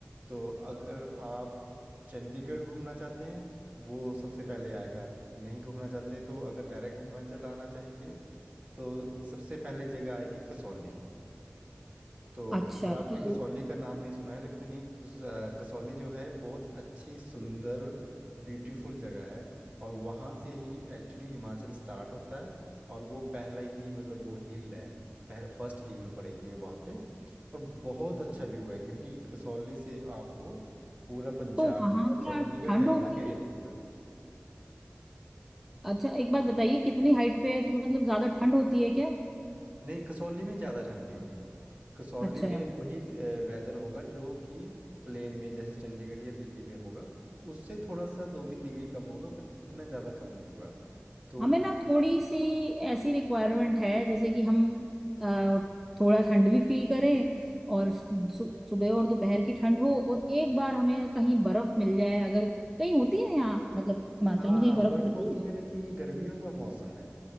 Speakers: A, on the right; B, in the centre.
A: तो अगर आप चंडीगढ़ घूमना चाहते हैं वो सबसे पहले आएगा नहीं घूमना चाहते तो अगर डायरेक्ट हिमाचल आना चाहेंगे तो सबसे पहले जगह आएगी कसौली तो
B: अच्छा
A: अगर आपने
B: तो
A: कसौली का नाम नहीं सुना है लेकिन ये कस- अ, कसौली जो है बहुत अच्छी सुंदर ब्यूटीफुल जगह है और वहाँ से ही एक्चुअली हिमाचल स्टार्ट होता है और वो पहला ही मतलब वो हिल है पह, फर्स्ट हिल पड़ेगी वहाँ पे और बहुत अच्छा व्यू है क्योंकि कसौली से आपको पूरा पंजाब
B: तो वहां
A: और
B: क्या
A: चंडीगढ़
B: ठंड
A: हरियाणा
B: होती
A: का एरिया
B: है
A: दिखेगा
B: अच्छा एक बात बताइए कितनी हाइट पे है तो मतलब ज्यादा ठंड होती है क्या
A: नहीं कसौली में ज़्यादा ठंड नहीं होगी कसौली
B: अच्छा
A: में वही वेदर होगा जो कि प्लेन में जैसे चंडीगढ़ या दिल्ली में होगा उससे थोड़ा सा दो तीन डिग्री कम होगा पर इतना ज़्यादा कम नहीं होगा तो
B: हमें ना थोड़ी सी ऐसी रिक्वायरमेंट है जैसे कि हम अ, थोड़ा ठंड भी फील करें और सु, सुबह और दोपहर की ठंड हो और एक बार हमें कहीं बर्फ मिल जाए अगर कहीं होती है यहाँ मतलब हिमाचल
A: हाँ
B: में कहीं बर्फ
A: बर्फ
B: पड़ती
A: होती
B: है
A: है लेकिन ये गर्मियों का मौसम है